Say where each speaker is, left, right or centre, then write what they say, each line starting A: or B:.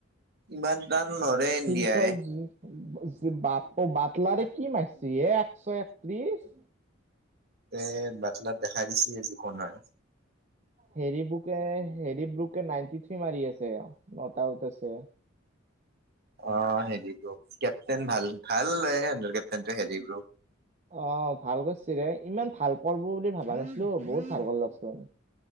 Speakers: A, on the right (about 55°); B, on the right (about 35°).
A: ইমান টান নৰে ইণ্ডিয়াই-
B: ফিলচল বাটলাৰে কি মাৰছি একশ একত্ৰিশ-
A: এ বাটলাত দেখাই দিছে যি কোন হয়।
B: হেৰি বুকে হেৰি বুকে নাইনটি থ্ৰী মাৰি আছে ন আউট আছে।
A: অ হেৰি বুক কেপ্টেইন ভাল ভাল লৈ আহে কেপ্টেইন হেৰি বুক।
B: অ ভাল কৰিছ ৰে ইমান ভাল পোৱা বুলি ভাবা নাছিলো বহুত ভাল কৰিলাক চোন-